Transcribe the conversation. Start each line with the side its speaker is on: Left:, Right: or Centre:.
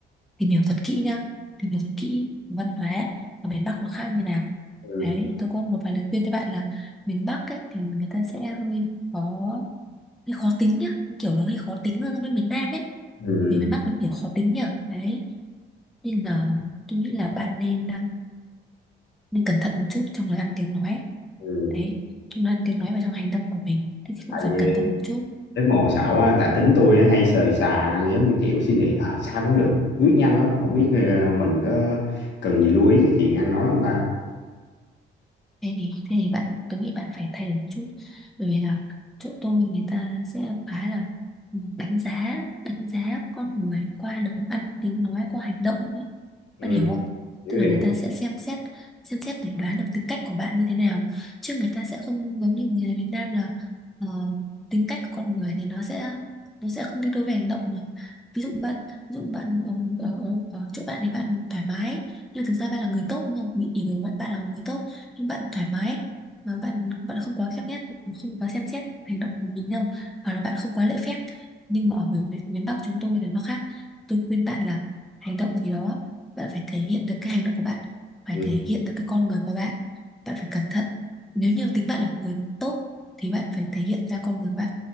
Centre: tìm hiểu thật kỹ nhá tìm hiểu thật kỹ văn hóa ở miền Bắc nó khác như nào
Left: Ừ.
Centre: đấy thì tôi có một vài lời khuyên cho bạn là miền Bắc ấy thì người ta sẽ hơi khó hơi khó tính nhá kiểu là hơi khó tính hơn so với miền Nam ấy
Left: Ừ.
Centre: vì miền Bắc nó kiểu khó tính nhở đấy nên là tôi nghĩ là bạn nên đang nên cẩn thận một chút trong lời ăn tiếng nói
Left: ừ.
Centre: đấy trong lời ăn tiếng nói và trong hành động của mình thì cũng
Left: Tại
Centre: phải
Left: vì
Centre: cẩn thận một chút
Left: Rất mồ xạo quá, tại tính tôi á, hay sời xà giống như kiểu suy nghĩ à, sao cũng được, quyết nhanh lắm, không biết ờ, mình có cần gì lưu ý cái chuyện ăn nói không ta.
Centre: thế thì thế thì bạn tôi nghĩ bạn phải thay đổi một chút bởi vì là chỗ tôi người ta sẽ khá là ừ, đánh giá đánh giá con người qua lời ăn tiếng nói qua hành động ấy.
Left: Ừ,
Centre: bạn hiểu không
Left: hiểu
Centre: tức là
Left: hiểu.
Centre: người ta sẽ xem xét xem xét để đoán được tính cách của bạn như thế nào chứ người ta sẽ không giống như người Việt Nam là ờ, tính cách của con người thì nó sẽ nó sẽ không đi đôi với hành động mà ví dụ bạn ví dụ bạn ở, ở, ở ở chỗ bạn thì bạn thoải mái nhưng thực ra bạn là người tốt nhưng bị hiểu người bạn bạn là người tốt nhưng bạn thoải mái mà bạn bạn không quá khép nép không quá xem xét hành động của mình đâu hoặc là bạn không quá lễ phép nhưng mà ở miền, miền miền Bắc chúng tôi là nó khác tôi khuyên bạn là hành động gì đó bạn phải thể hiện được cái hành động của bạn phải
Left: Ừ,
Centre: thể hiện được cái con người của bạn bạn phải cẩn thận nếu như tính bạn là một người tốt thì bạn phải thể hiện ra con người bạn